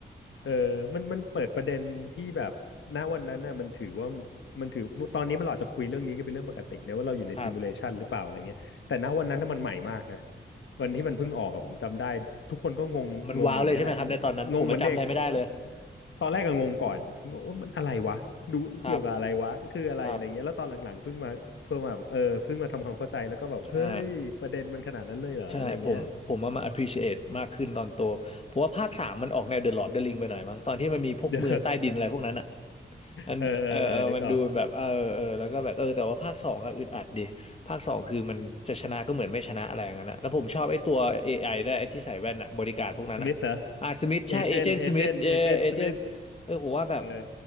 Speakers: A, on the left; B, on the left.
A: เออมันมันเปิดประเด็นที่แบบณวันนั้นน่ะมันถือว่ามันถือตอนนี้มันเราอาจจะคุยเรื่องนี้กันเป็นเรื่องปกตินะว่าเราอยู่ในซิมูเลชันหรือเปล่าอะไรเงี้ยแต่ณวันนั้นน่ะมันใหม่มากนะ
B: ครับ
A: วันที่มันเพิ่งออกอะผมจำได้ทุกคนก็งงงงอย่างเงี้ยแหละ
B: มันว้าวเลยใช่ไหมครับในตอนนั้นผมมาจำอะไรไม่ได้เลย
A: งงเหมือนเด็กเออตอนแรกก็งงก่อนงงว่ามันอะไรวะดูเกี่ยวกับอะไรวะคืออะไรอะไรเงี้ยแล้วตอนหลังๆเพิ่งมาเพิ่งมาแบบเออเพิ่งมาทำความเข้าใจแล้วก็แบบเฮ้ยประเด็นมันขนาดนั้นเลยเหรออะไรเงี้ย
B: ครับครับใช่ใช่ผมผมว่ามา appreciate มากขึ้นตอนโตผมว่าภาคสามมันออกแนว The Lord of the Ring ไปหน่อยมั้งตอนที่มันมีพวกเมืองใต้ดินอะไรพวกนั้นอะ
A: <laughs> เออ
B: มันเออเออมันดูแบบเออเออแล้วก็แบบเออแต่ว่าภาคสองอะอึดอัดดิภาคสองคือมันจะชนะก็เหมือนไม่ชนะอะไรอย่างนั้นนะแล้วผมชอบไอ้ตัว
A: เออเออเออนึกออก
B: AI ไอได้วยไอ้ที่ใส่แว่นอะบริการพวกนั้นอะ
A: สมิธเหรอ
B: อ่ะสมิธใช่เอเจนต์สมิธเอเอเจนต์เออผมว่าแบบ
A: เอเจนต์เอเจนต์เอเจนต์สมิธเออ